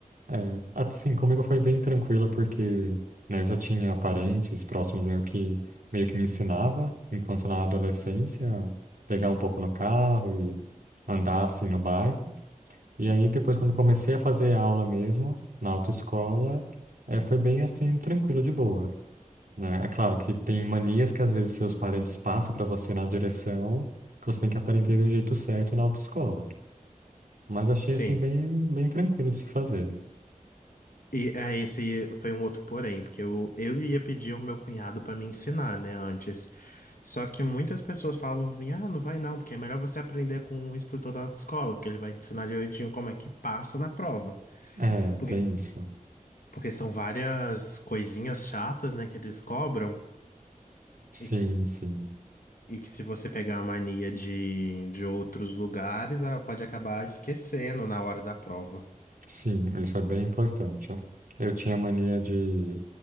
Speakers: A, on the right; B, on the left.
A: É, assim, comigo foi bem tranquilo porque, né, eu já tinha parentes próximos meu que meio que me ensinava, enquanto na adolescência, pegar um pouco no carro e andar assim no bairro. E aí depois quando comecei a fazer aula mesmo, na autoescola, é, foi bem assim, tranquilo, de boa, né? É claro que tem manias que às vezes seus parentes passam para você na direção que você tem que aprender do jeito certo na autoescola. Mas achei
B: Sim.
A: assim bem, bem tranquilo de se fazer.
B: E é, esse foi um outro porém, porque eu, eu ia pedir ao meu cunhado pra me ensinar, né, antes. Só que muitas pessoas falavam pra mim, ah, não vai não, porque é melhor você aprender com o instrutor da autoescola, porque ele vai te ensinar direitinho como é que passa na prova.
A: É,
B: Porque
A: tem isso.
B: Porque são várias coisinhas chatas, né, que eles cobram.
A: Sim,
B: E,
A: sim.
B: e que se você pegar a mania de, de outros lugares, ah, pode acabar esquecendo na hora da prova.
A: Sim, isso é bem importante. ó. Eu tinha mania de,